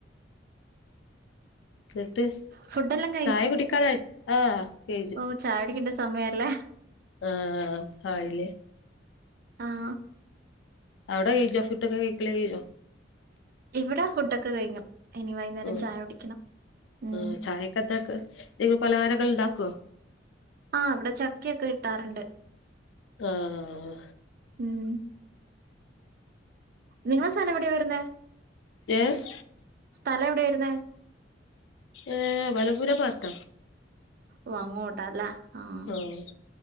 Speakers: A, on the left (about 75°); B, on the right (about 55°).
A: ന്ന്ട്ട്
B: ഫുഡെല്ലാം
A: ചായ കുടിക്കാനയോ ആഹ് ശ
B: ഓഹ് ചായ കുടിക്കണ്ട സമയല്ലാ-
A: ആഹ് അഹ് ആയില്ലേ-
B: ആഹ്-
A: അവിടെ <unintelligible>
B: ഇവടേ ഫുടൊക്കെ കയിഞ്ഞു- ഇനി വൈന്നേരം
A: ഉം
B: ചായ കുടിക്കണം ഉം-
A: ആഹ് ചായക്കെന്താക്ക എന്തെങ്കിലും പലഹാരങ്ങൾ ണ്ടാക്കോ
B: ആഹ് ഇവിടെ ചക്കയൊക്കെ കിട്ടാറുണ്ട്-
A: ആഹ്
B: ഉം നിങ്ങളെ സലം എവിടെയ വരുന്നെ
A: ഏഹ്
B: സ്ഥലം എവിടെയ വരുന്നേ
A: ഏഹ് വലപൂര ഭാത്ത
B: ഓഹ് അങ്ങോട്ടാല്ലേ ആഹ്-
A: ഏഹ്